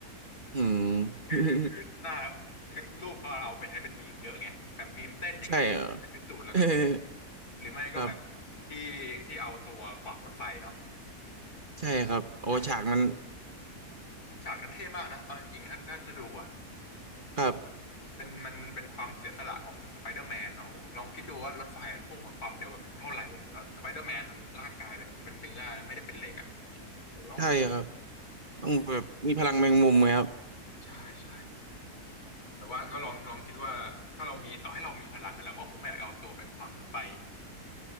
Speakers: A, on the right; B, on the left.
A: อืม
B: คือคือหน้าคือรูปเขาเอาไปใช้เป็นมีมเยอะไงแบบมีมเต้นอย่างเงี้ย
A: <laughs> ใช่เหรอ
B: คือตูดแล้วก็เต้น
A: <laughs>
B: หรือไม่ก็แบบที่ที่เอาตัวขวางรถไฟเนาะ
A: ครับใช่ครับโอฉากมัน
B: อ่ะฉากนั้นเท่มากนะเอาจริงๆถ้าถ้าถ้าดูอ่ะ
A: ครับ
B: เป็นมันเป็นความเสียสละของสไปเดอร์แมนเนาะโอ้โหลองคิดดูว่ารถไฟมันพุ่งมาความเร็วแบบเท่าไหร่อะแล้วสไปเดอร์แมนร่างกายเป็นเป็นเนื้อไม่ได้เป็นเหล็กอ่ะโอ้โหต้อง
A: ใช่ครับต้องแบบมีพลังแมงมุมไหมครับ
B: ใช่ใช่แต่ว่าก็ลองลองคิดว่าถ้าเรามีต่อให้เรามีพลังอะเราก็คงไม่อยากเอาตัวไปขวางรถไฟ